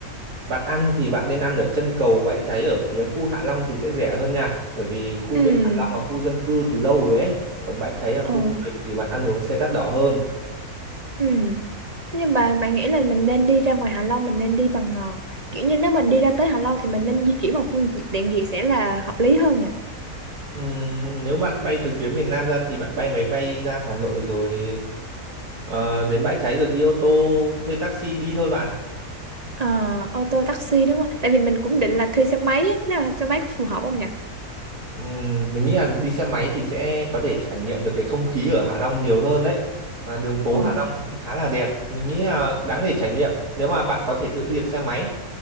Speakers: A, on the right (about 80°); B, on the right (about 30°).
A: bạn ăn thì bạn nên ăn ở chân cầu Bãi Cháy ở phía khu Hạ Long thì sẽ rẻ hơn nha. Bởi vì khu
B: Ừ.
A: bên Hạ Long là khu dân cư từ lâu rồi ấy. Còn Bãi Cháy là khu
B: ờ
A: du lịch thì bạn ăn uống sẽ đắt đỏ hơn.
B: Ừ. Nhưng bà bạn nghĩ là mình nên đi ra ngoài Hạ Long mình nên đi bằng ờ, kiểu như nếu mình đi ra tới Hạ Long thì mình nên di chuyển bằng phương tiện gì sẽ là hợp lý hơn nhỉ?
A: Ừm, nếu bạn bay từ phía miền Nam ra thì bạn bay máy bay ra Hà Nội rồi ờ, đến Bãi Cháy rồi đi ô tô thuê taxi đi thôi bạn.
B: Ờ, ô tô taxi đúng không? Tại vì mình cũng định là thuê xe máy á, nào xe máy có phù hợp không nhỉ?
A: Ừm, mình nghĩ là đi xe máy thì sẽ có thể trải nghiệm được cái không khí ở Hạ Long nhiều hơn đấy. Mà đường phố
B: Ồ.
A: Hạ Long thì cũng khá là đẹp. Mình nghĩ là đáng để trải nghiệm nếu mà bạn có thể tự đi được xe máy.